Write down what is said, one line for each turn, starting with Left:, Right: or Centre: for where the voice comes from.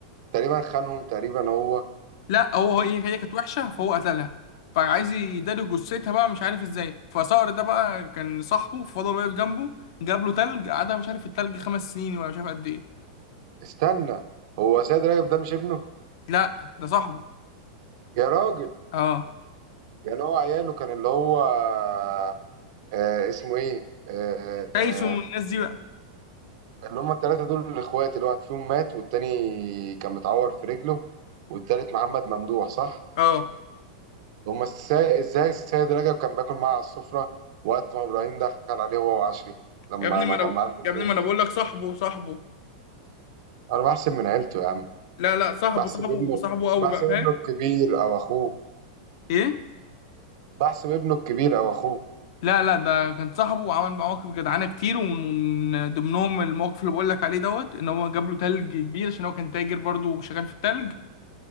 Right: تقريبا خانهم تقريبا هو
Left: لا هو
Right: في
Left: هو ايه هي كانت وحشه فهو قتلها فعايز يداري جثتها بقى مش عارف ازاي فصقر ده بقى كان صاحبه فضل واقف جنبه جاب له تلج قعدها مش عارف التلج خمس سنين ولا مش عارف قد ايه
Right: استنى هو سيد رجب ده مش ابنه
Left: لا ده صاحبه
Right: يا راجل
Left: اه
Right: يعني هو عياله كان اللي هو آه آه، اسمه ايه آه
Left: تايسون
Right: آه
Left: والناس دي بقى
Right: اللي هم الثلاثه دول الاخوات اللي واحد فيهم مات والتاني كان متعور في رجله والتالت محمد ممدوح صح
Left: اه
Right: هم ازاي ازاي السيد رجب كان باكل معاه على السفره وقت ما ابراهيم دخل عليه هو وعشري لما
Left: يا ابني ما
Right: ما
Left: انا
Right: كان
Left: ب-
Right: معاه البلطوف
Left: يا ابني ما انا بقول لك صاحبه صاحبه
Right: انا بحسب من عيلته يا عم
Left: لا لا صاحبه
Right: بحسب
Left: صاحبه
Right: ابنه
Left: صاحبه قوي
Right: بحسب
Left: بقى فاهم
Right: ابنه الكبير او اخوه
Left: ايه
Right: بحسب ابنه الكبير او اخوه
Left: لا لا ده كان صاحبه وعمل معاه مواقف جدعانه كتير ومن ضمنهم الموقف اللي بقول لك عليه دوت ان هو جاب له تلج كبير عشان هو كان تاجر برضه وشغال في التلج